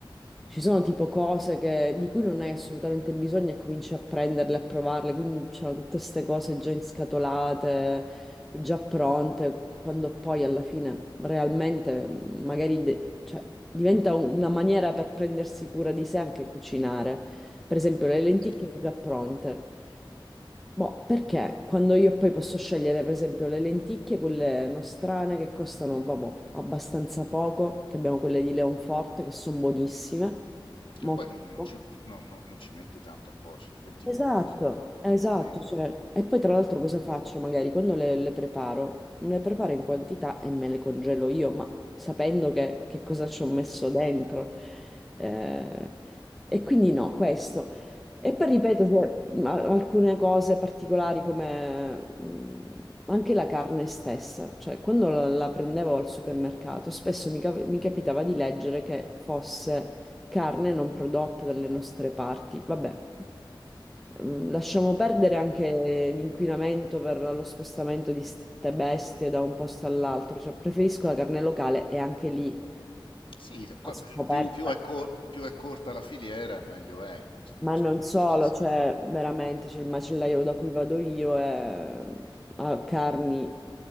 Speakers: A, in the centre; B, on the left.
A: ci sono tipo cose che- di cui non hai assolutamente bisogno e cominci a prenderle, a provarle, quindi c'erano tutte queste cose già inscatolate, già pronte, quando poi alla fine realmente magari de- cioè, diventa una maniera per prendersi cura di sé anche cucinare. Per esempio, le lenticchie
B: Sì.
A: già pronte. Boh, perché quando io poi posso scegliere, per esempio, le lenticchie, quelle nostrane che costano, vabbè, abbastanza poco, che abbiamo quelle di Leonforte che sono buonissime,
B: Che
A: molto.
B: poi non, non
A: buone.
B: ci, non- non- non ci mette tanto a cuocere, 20
A: Esatto,
B: minuti sono cotte,
A: esatto,
B: non nemmeno.
A: cioè, e poi tra l'altro cosa faccio? Magari quando le, le preparo, le preparo in quantità e me le congelo io, ma sapendo che, che cosa ci ho messo dentro. Eh, e quindi no, questo. E poi ripeto, cioè, ma- alcune cose particolari come mh, anche la carne stessa, cioè quando la, la prendevo al supermercato, spesso mi cap- mi capitava di leggere che fosse carne non prodotta dalle nostre parti. Vabbè, Mm, lasciamo perdere anche l'inquinamento per lo spostamento di ste bestie da un posto all'altro, cioè preferisco la carne locale e anche lì
B: Sì, qua-
A: a scoperta.
B: più, più è cor- più è corta la filiera, meglio è,
A: Ma
B: insomma,
A: non
B: questo
A: solo,
B: si sa.
A: cioè veramente c'è il macellaio da cui vado io e ha carni